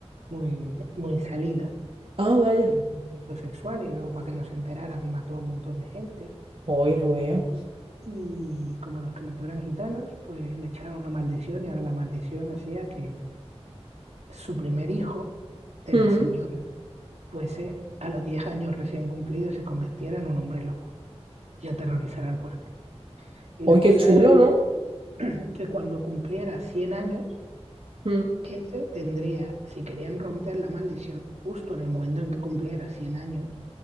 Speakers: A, on the right; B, on the right.
A: muy, muy salida,
B: Ah, vaya.
A: cometió un delito sexual y luego para que no se enteraran mató a un montón de gente.
B: Hoy no veas.
A: Y como los que mató eran gitanos, pues le echaron una maldición y ahora la maldición hacía que su primer hijo de
B: Mm.
A: la señora fuese a los 10 años recién cumplidos se convirtiera en un hombre lobo y aterrorizara al pueblo. Y
B: Hoy
A: la cosa
B: qué chulo,
A: era que,
B: ¿no?
A: que cuando cumpliera 100 años,
B: Mm.
A: ese tendría, si querían romper la maldición, justo en el momento en que cumpliera 100 años,